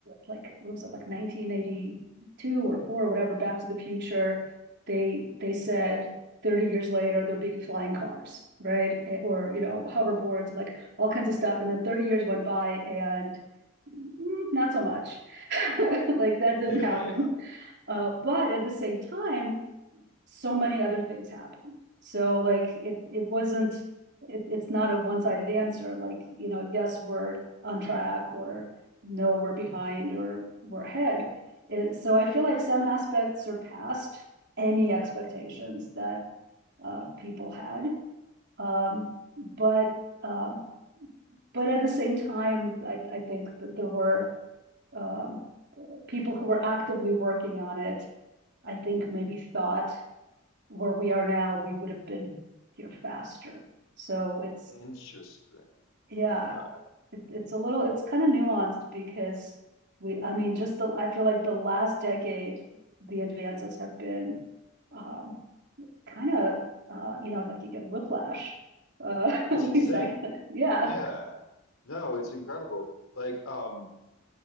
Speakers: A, on the right; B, on the left.
A: like what was it like 1982 or four or whatever Back to the Future they they said 30 years later there'll be flying cars right Eh, or you know hoverboards like all kinds of stuff and then 30 years went by and mm, not so much <laughs> like that
B: Yeah,
A: didn't happen
B: yeah.
A: uh, but at the same time so many other things happened. So like it it wasn't it, it's not a one-sided answer like you know yes we're on track or no we're behind or we're ahead it, so i feel like some aspects surpassed any expectations that uh, people had um, but uh, but at the same time i, I think that there were um, people who were actively working on it i think maybe thought where we are now, we would have been here faster. So it's,
B: Interesting.
A: yeah,
B: Okay.
A: it, it's a little, it's kind of nuanced because we, I mean, just the, I feel like the last decade, the advances have been um, kind of, uh, you know, like you get whiplash. Uh, <laughs> at
B: It's insane.
A: least I, yeah,
B: Yeah. No, it's incredible. Like, um,